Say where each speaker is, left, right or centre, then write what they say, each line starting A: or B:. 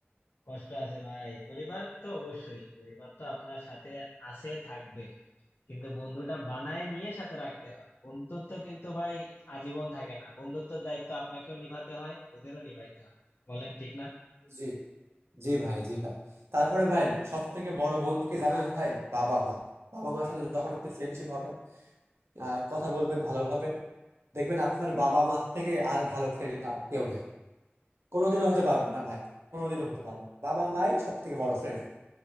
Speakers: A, on the left; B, on the right.
A: কষ্ট আছে ভাই পরিবার তো অবশ্যই পরিবার তো আপনার সাথে আছে থাকবে কিন্তু বন্ধুটা বানায় নিয়ে সাথে রাখতে হয় বন্ধুত্ব কিন্তু ভাই আজীবন থাকে না বন্ধুত্বের দায়িত্ব আপনাকেও নিভাতে হয় ওদেরও নিভাইতে হয় বলেন ঠিক না
B: জি জি ভাই জি ভাই তারপরে ভাই সব থেকে বড় বন্ধুকে জানেন ভাই বাবা মা বাবা মার সাথে যখন আপনি ফ্রেন্ডশিপ হবেন আর কথা বলবেন ভালোভাবে দেখবেন আপনার বাবা মার থেকে আর ভালো ফ্রেন্ড কেউ নেই কোনোদিনও হতে পারবে না ভাই কোনোদিনও হতে পারবে না বাবা মাই সব থেকে বড় ফ্রেন্ড